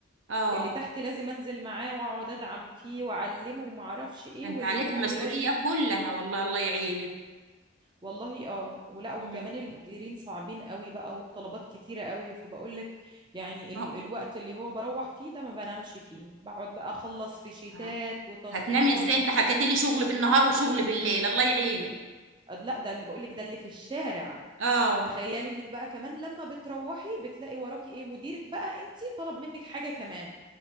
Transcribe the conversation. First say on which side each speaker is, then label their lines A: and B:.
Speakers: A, on the right; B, on the right.
A: آه.
B: اللي تحتي لازم انزل معاه واقعد ادعم فيه واعلمه وما اعرفش ايه
A: انت
B: واللي
A: عليك
B: فوقي
A: المسؤولية
B: لازم
A: كلها والله الله يعينك
B: والله اه ولا وكمان
A: مم.
B: المديرين صعبين قوي بقى والطلبات كتيرة قوي فبقول لك يعني ال
A: ما
B: الوقت اللي هو بروح فيه ده ما بنامش فيه بقعد بقى اخلص في شيتات
A: هو-
B: وتاسكات
A: هتنامي ازاي انت حكيت لي شغل بالنهار وشغل بالليل الله يعينك
B: لا ده اللي بقولك ده اللي في الشارع
A: اه
B: تخيلي انك بقى كمان لما بتروحي بتلاقي وراكي ايه مديرك بقى انتي طلب منك حاجة كمان